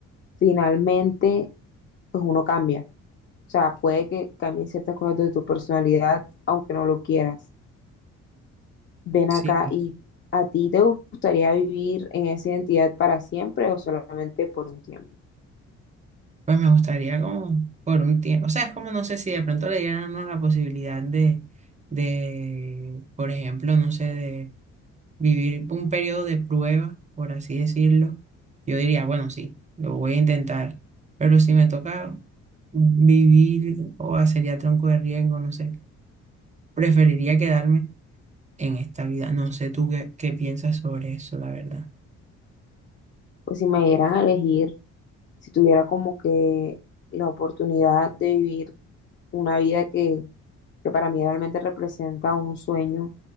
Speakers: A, on the left; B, on the right.
A: finalmente, pues uno cambia. O sea, puede que cambien ciertas cosas de tu personalidad, aunque no lo quieras. Ven
B: Sí,
A: acá y ¿a ti te gustaría vivir en esa identidad para siempre o solamente por un tiempo?
B: pues me gustaría como por un tiempo, o sea, es como no sé si de pronto le dieran a uno la posibilidad de, de, por ejemplo, no sé, de vivir un periodo de prueba, por así decirlo, yo diría, bueno, sí, lo voy a intentar, pero si me toca vivir o hacer ya tronco de riesgo, no sé, preferiría quedarme en esta vida. No sé tú qué, qué piensas sobre eso, la verdad.
A: Pues si me dieran a elegir, si tuviera como que la oportunidad de vivir una vida que, que para mí realmente representa un sueño,